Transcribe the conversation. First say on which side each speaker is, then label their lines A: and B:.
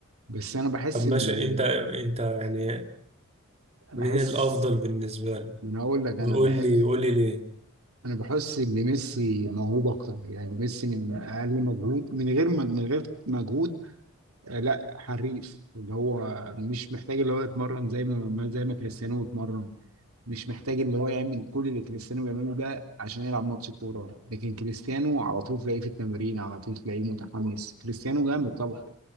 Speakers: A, on the right; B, on the right.
A: بس انا بحس
B: طب ماشي
A: ان
B: انت انت يعني
A: بحس
B: مين الافضل بالنسبه لك
A: ما انا اقول لك انا
B: وقول
A: بحب
B: لي قول لي ليه
A: انا بحس ان ميسي موهوب اكتر يعني ميسي من اقل مجهود من غير مج... من غير مجهود آه، لا حريف اللي هو مش محتاج اللي هو يتمرن زي ما ما- زي ما كريستيانو بيتمرن مش محتاج اللي هو يعمل كل اللي كريستيانو بيعمله ده عشان يلعب ماتش كورة لكن كريستيانو على طول تلاقيه في التمرين على طول تلاقيه متحمس كريستيانو جامد طبعا